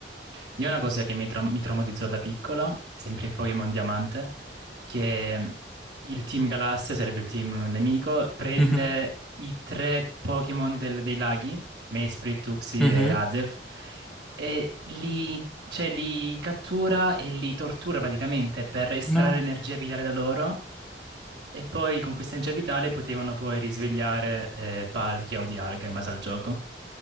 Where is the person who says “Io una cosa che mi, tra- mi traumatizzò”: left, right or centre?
Right